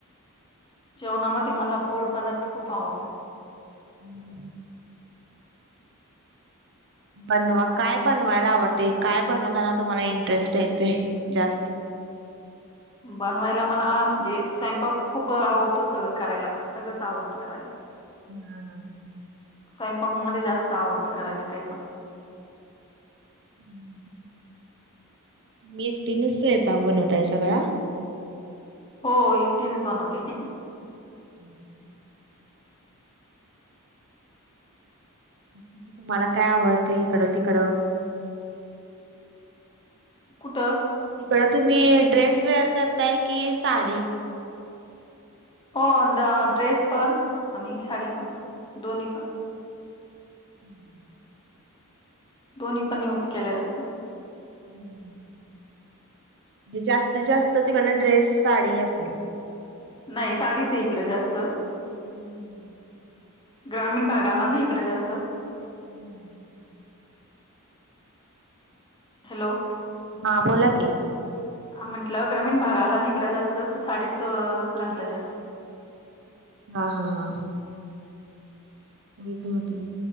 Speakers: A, on the left; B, on the right.
A: जेवणामध्ये मला गोड पदार्थ खूप आवडत.
B: <inaudible> बनवा काय बनवायला आवडतय काय बनवताना तुम्हाला इंटरेस्ट येतोय जास्त
A: बनवायला मला म्हणजे स्वयंपाक खूप आवडतो सगळं करायला सगळंच आवडतं करायला.
B: हा हा हा.
A: स्वयंपाक मध्ये जास्त आवडतं करायला काही पण
B: <inaudible> मी एकटीनेच स्वयंपाक बनवताय सगळा
A: हो एकटीनेच बनवते.
B: <inaudible> तुम्हाला काय आवडतंय इकडं तिकडं
A: कुठं
B: बर, तुम्ही ड्रेस वेअर करताय कि साडी?
A: हो, ड्रेस पण आणि साडी पण दोन्ही पण
B: हम्म.
A: दोन्ही पण युज केलय अजून
B: हम्म जास्तीत जास्त तिकडन ड्रेस साडी असेल.
A: नाही, साडीच ये इकडं जास्त
B: हम्म
A: ग्रामीण भाग आला ना इकड जास्त
B: हा
A: हॅलो
B: हा बोला की
A: हा, म्हटलं ग्रामीण भाग आला ना इकड जास्त तर साडीच घालतात जास्त
B: हा हा हा. हेच म्हटलं